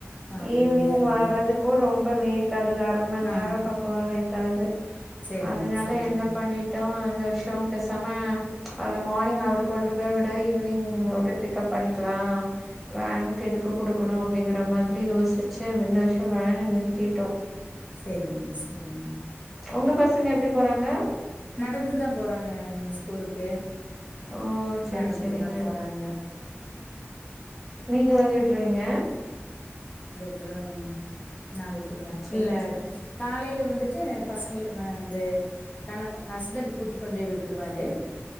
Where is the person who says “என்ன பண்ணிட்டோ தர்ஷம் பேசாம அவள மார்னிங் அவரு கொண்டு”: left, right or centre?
Centre